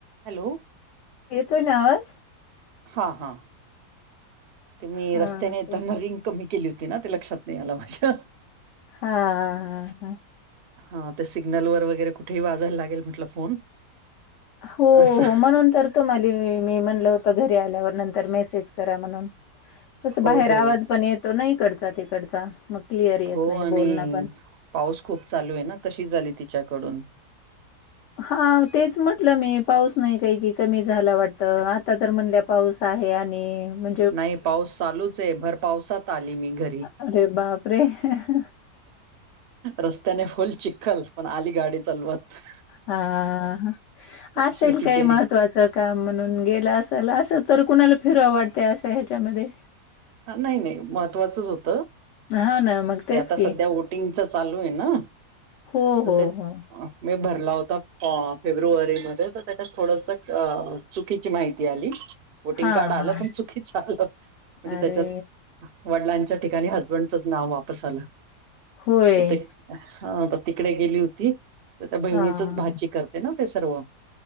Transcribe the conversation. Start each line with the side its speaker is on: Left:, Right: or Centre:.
Right: Hello
Left: येतोय न आवाज?
Right: हां हा ते मी
Left: हा
Right: रस्त्याने येताना
Left: ते
Right: रिंग कमी केली होती ना, ते लक्षात नाही आलं माझ्या
Left: हां-हां -हा.
Right: हां ते सिग्नल वर वगैरे कुठेही वाजायला लागेल म्हटलं फोन.
Left: हो
Right: असं
Left: हो म्हणून तर तुम्हांले मी म्हणलं होतं घरी आल्यावर नंतर मेसेज करा म्हणून कस
Right: हो
Left: बाहेर
Right: हो
Left: आवाज पणये तो ना इकडचा-तिकडचा मग क्लिअर येत
Right: हो
Left: नाही
Right: आणि
Left: बोलणं पण
Right: पाऊस खूप चालू आहे ना, तशीच आली तिच्याकडून
Left: हाव तेच म्हटलं मी पाऊस नाही काय कि कमी झाला वाटतं आता तर म्हणल्या पाऊस आहे आणि म्ह
Right: नाही पाऊस चालूच आहे, भर पावसात आली मी. घरी.
Left: अ 'अरे बापरे' ह ह
Right: रस्त्याने फुल्ल चिखल पण आली गाडी चालवत.
Left: हां हां असेल
Right: शेवटी
Left: काही
Right: डेअरी
Left: महत्वाचं का म्हणून गेला असाल असं तर कुणाला फिरू वाटतं अशा ह्याच्यामध्ये
Right: नाही नाही महत्त्वाचंच होतं.
Left: हां ना, मग तेच
Right: ते आता
Left: की.
Right: सध्या वोटिंगच चालू आहे न
Left: हो,
Right: त
Left: हो,
Right: ते
Left: हो.
Right: मी भरला होता फेब्रुवारीमध्ये तर त्याच्यात थोडस चुकीची माहिती आली. वोटिंग
Left: हां,
Right: कार्ड आलं
Left: हां.
Right: पण चुकीच आलं. म्हणजे
Left: अरे
Right: त्याच्यात वडिलांच्या ठिकाणी हजबंडचच नाव वापस आलं.
Left: होय.
Right: त ते हा तिकडे गेली होती त्या बहिणीचच
Left: हां.
Right: भाजी कर ते ना सर्व